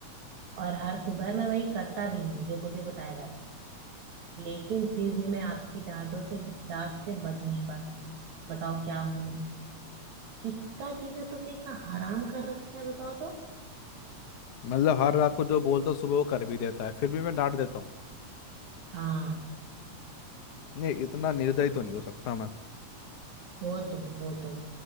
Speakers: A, on the right (about 75°); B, on the left (about 80°).
A: और हर सुबह मैं वही करता भी हूँ जो मुझे बताया जाता है लेकिन फिर भी मैं आपकी डांटों से डांट से बच नहीं पाता बताओ क्या हूँ मैं किसका जीना तुमने इतना हराम कर रखा है बताओ तो
B: मतलब हर रात को जो बोलता हूँ सुबह वो कर भी देता है फिर भी मैं डांट देता हूँ
A: हाँ
B: नहीं इतना निर्दयी तो नहीं हो सकता मैं
A: हो तुम हो तुम